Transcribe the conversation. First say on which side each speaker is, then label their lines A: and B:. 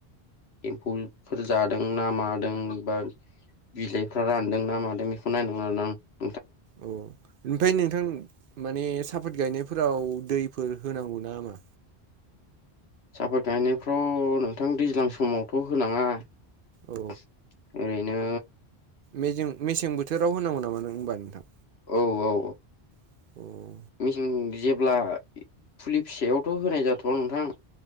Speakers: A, on the left; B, on the right.
A: एम्फौफोर जादों ना मादों बा बिलाइफ्रा रानदों ना मादों बेखौ नायनांगौ आरोना नो
B: औ ओमफ्राय नोंथां माने साफात गायनायफोराव दैफोर होनांगौ ना मा
A: सापाद गायनायफ्राव नोंथां दैज्लां समावथ होनाङा
B: औ
A: ओरैनो
B: मेसें मेसें बोथोराव होनांगौ नामा नों होनबा नोंथां
A: औ औ औ
B: <inaudible>
A: मेसें जेब्ला फुलि फिसायावथ होनाय जाथवा नोंथां